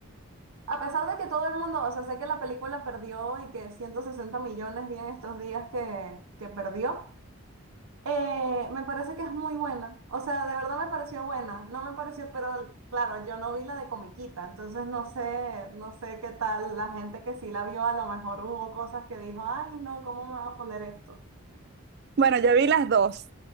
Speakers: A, on the right; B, on the right.
A: a pesar de que todo el mundo, o sea, sé que la película perdió y que 160 millones vi en estos días que, que perdió, eh, me parece que es muy buena. O sea, de verdad me pareció buena. No me pareció, pero claro, yo no vi la de comiquita, entonces no sé, no sé qué tal la gente que sí la vio, a lo mejor hubo cosas que dijo, ay, no, ¿cómo me va a poner esto?
B: Bueno, yo vi las dos,